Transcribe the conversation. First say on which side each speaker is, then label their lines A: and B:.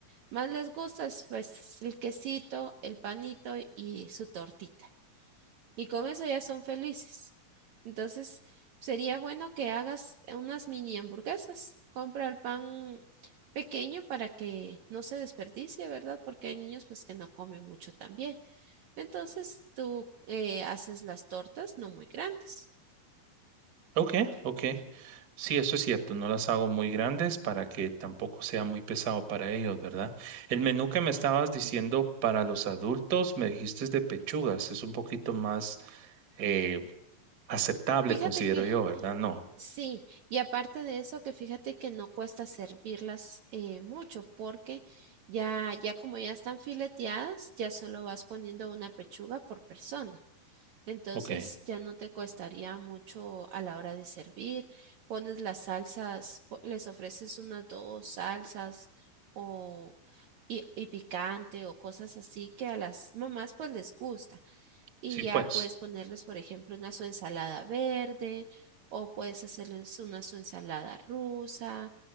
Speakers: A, on the right; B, on the right.
A: más les gusta es pues el quesito, el panito y su tortita. y con eso ya son felices. Entonces, sería bueno que hagas unas mini hamburguesas. Compra el pan pequeño para que no se desperdicie, ¿verdad? Porque hay niños pues que no comen mucho también. Entonces, tú eh, haces las tortas no muy grandes.
B: Ok, ok. Sí, eso es cierto. No las hago muy grandes para que tampoco sea muy pesado para ellos, ¿verdad? El menú que me estabas diciendo
A: Ujú.
B: para los adultos, me dijiste es de pechugas. Es un poquito más eh, aceptable,
A: Fíjate
B: considero
A: que
B: yo, ¿verdad? No.
A: sí, y aparte de eso, que fíjate que no cuesta servirlas eh, mucho porque ya, ya como ya están fileteadas, ya solo vas poniendo una pechuga por persona. Entonces
B: Ok.
A: ya no te costaría mucho a la hora de servir. Pones las salsas, po- les ofreces unas dos salsas o y, y picante o cosas así que a las mamás pues les gusta. Y
B: Sí, pues.
A: ya puedes ponerles, por ejemplo, una su ensalada verde o puedes hacerles una su ensalada rusa